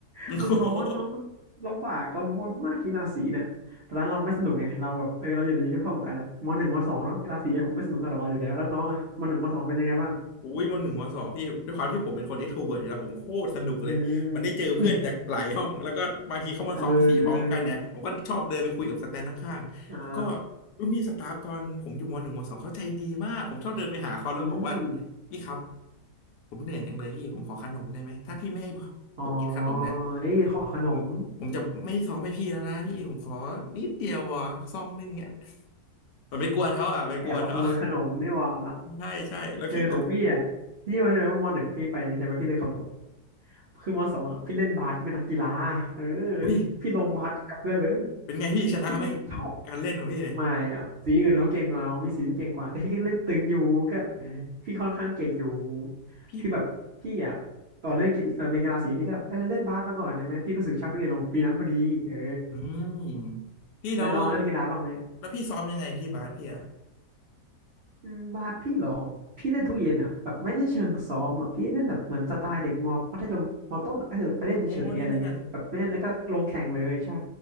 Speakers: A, on the left; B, on the right.
A: <laughs>
B: <laughs>
A: โอโห
B: มันร้อนเน้องมันลำบากกังวลำบนมากกีฬาสีเนี่ยตอนนั้นเราไม่สนุกไงเราแบบเออเราอยู่ในยุคช่วงของการแบบมหนึ่งมสองเนาะกีฬาสีคงไม่สนุกสำหรับเราอยู่แล้วแล้วน้องอ่ะมหนึ่งมสองเป็นยังไงบ้าง
A: อุ้ยมหนึ่งมสองพี่ด้วยความที่ผมเป็นคน extrovert อกซ์โทรเวิร์ตอยู่แล้วผมโคตรสนุกเลยมันได้เจอเพื่อนจากหลายห้องแล้วก็บางทีเข้ามาซ้อมสี่พร้อมกันเนี่ยผมก็ชอบเดินไปคุยกับสแตนข้างๆแล้วก็
B: อืม เอออ่า
A: รุ่นพี่สตาฟตอนผมอยู่มหนึ่งมสองเขาใจดีมากผมชอบเดินไปหาเขาแล้วบอกว่า
B: อืม
A: พี่ครับผมเหนื่อยจังเลยพี่ผมขอขนมได้ไหมถ้าพี่ไม่ให้
B: อ๋อ
A: ผมกินขนมเนี่ย
B: เอ้ยขอขนม
A: ผมผมจะไม่ซ้อมให้พี่แล้วนะพี่ผมขอนิดเดียวพอซองนึงเนี่ย มันไปกวนเขาอ่ะไปกวนเขา
B: แอบมาขโมยขนมนี่หว่า
A: <laughs> ใช่ใช่แล้วพี่แต่
B: เออของพี่อ่ะพี่ว่าใช่ไหมว่ามหนึ่งพี่ไป่ใช่ไหมพี่เลยขโมยคือมสองอ่ะพี่เล่นบาสพี่เป็นนักกีฬาเออ
A: อุ้ย
B: พี่ลงบาสกับเพื่อนเลย
A: เป็นไงพี่ชนะไหม
B: พี่นี่ชอบ
A: การเล่นของพี่เนี่ย
B: ไม่อะสีอื่นเขาเก่งกว่าเรามีสีที่เก่งกว่าแต่พี่ก็เล่นตึงอยู่ก็
A: โอ้
B: พี่ค่อนข้างเก่งอยู่
A: พี่
B: พี่แบบพี่อ่ะตอนเล่นกีตอนเป็นกีฬาสีพี่ก็เออเล่นบาสมาก่อนใช่ไหมพี่รู้สึกชอบทุกเย็นลงปีนั้นพอดีเออ
A: อืมพี่แล้ว
B: แล้วน้องอะเล่นกีฬาบ้างไหม
A: แล้วพี่ซ้อมยังไงพี่บาสพี่อ่ะ
B: อืมบาสพี่เหรอพี่เล่นทุกเย็นอ่ะแบบไม่ได้เชิงซ้อมอ่ะพี่เล่นแบบเหมือนสไตล์เด็กมอมัธยมมอต้นก็คือไปเล่นเฉยๆอะไรเงี้ยแบบเล่นแล้วก็ลงแข่งเลยใช่
A: โอ้เล่นด้วยกัน